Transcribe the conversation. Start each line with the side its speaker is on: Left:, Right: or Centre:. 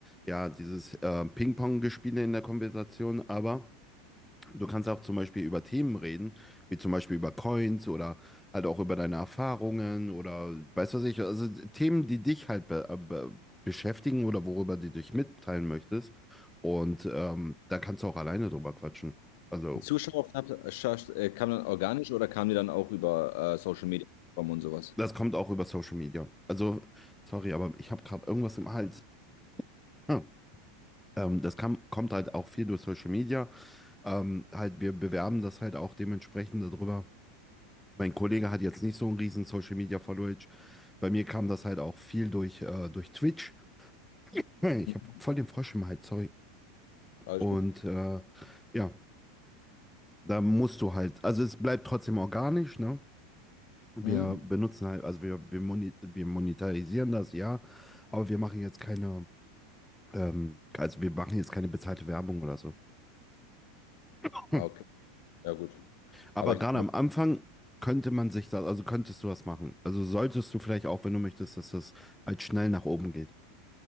Centre: ja, dieses äh, Ping-Pong-Gespiele in der Konversation, aber. Du kannst auch zum Beispiel über Themen reden, wie zum Beispiel über Coins oder halt auch über deine Erfahrungen oder weißt du was ich, also Themen, die dich halt be äh, be beschäftigen oder worüber du dich mitteilen möchtest. Und ähm, da kannst du auch alleine drüber quatschen. Also
Left: Die Zuschauer äh, kam dann organisch oder kamen die dann auch über äh, Social Media Plattformen und sowas?
Centre: das kommt auch über Social Media. Also sorry, aber ich habe gerade irgendwas im Hals. Hm. Ähm, das kam, kommt halt auch viel durch Social Media. Ähm, halt, wir bewerben das halt auch dementsprechend darüber. Mein Kollege hat jetzt nicht so einen riesen Social Media Followage. Bei mir kam das halt auch viel durch, äh, durch Twitch. Hey, Ich
Left: Mhm.
Centre: habe voll den Frosch im Hals, sorry.
Left: Alles
Centre: Und
Left: gut.
Centre: äh, ja, da musst du halt, also es bleibt trotzdem organisch, ne? Wir
Left: Mhm.
Centre: benutzen halt, also wir, wir, moni wir monetarisieren das, ja, aber wir machen jetzt keine, ähm, also wir machen jetzt keine bezahlte Werbung oder so. Hm.
Left: Ah, Okay. Ja, gut.
Centre: Aber
Left: Aber ich,
Centre: gerade am Anfang könnte man sich das, also könntest du das machen. Also solltest du vielleicht auch, wenn du möchtest, dass das halt schnell nach oben geht.